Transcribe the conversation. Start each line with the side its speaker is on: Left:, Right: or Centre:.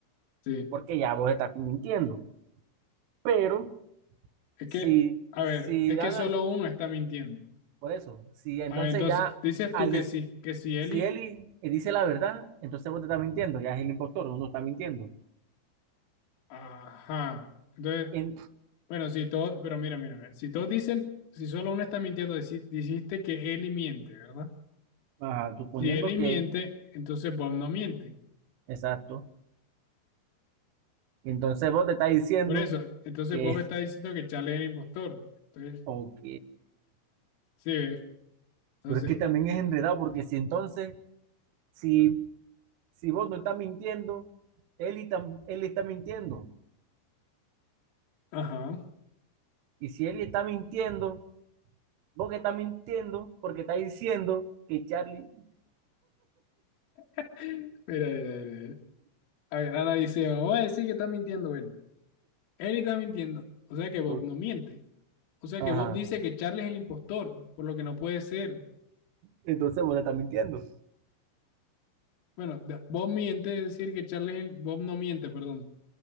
Left: Sí.
Right: porque ya Bob está mintiendo. Pero
Left: Es
Right: si,
Left: que, a
Right: si
Left: ver, es
Right: Dana,
Left: que solo uno está mintiendo.
Right: por eso, si entonces
Left: A ver, entonces,
Right: ya
Left: dices
Right: al,
Left: tú que sí, que si Eli,
Right: Si él, y él dice la verdad, entonces vos te estás mintiendo, ya es el impostor, uno está mintiendo.
Left: ajá. Entonces,
Right: En,
Left: bueno, si todos, pero mira, mira, mira, si todos dicen, si solo uno está mintiendo, dici- dijiste que Eli miente, ¿verdad?
Right: ajá, suponiendo
Left: Si Eli
Right: que,
Left: miente, entonces Bob no miente.
Right: exacto. Entonces vos te estás diciendo
Left: Por eso, entonces
Right: que,
Left: Bob está diciendo que Charlie es el impostor. Entonces,
Right: <laughs> ok,
Left: sí, ¿ves? Entonces,
Right: pero es que también es enredado, porque si entonces, si, si vos no estás mintiendo, él, y tam- él está mintiendo.
Left: ajá.
Right: Y si él está mintiendo, vos que estás mintiendo, porque estás diciendo que Charlie,
Left: <laughs> Mira, mira, mira. A ver, Ana dice, vamos a decir que está mintiendo Eli. Eli está mintiendo. O sea que Bob
Right: o-
Left: no miente. O sea
Right: ajá,
Left: que Bob dice que Charlie es el impostor, por lo que no puede ser.
Right: entonces vos le estás mintiendo.
Left: Bueno, da- Bob miente, es decir que Charlie es el- Bob no miente, perdón.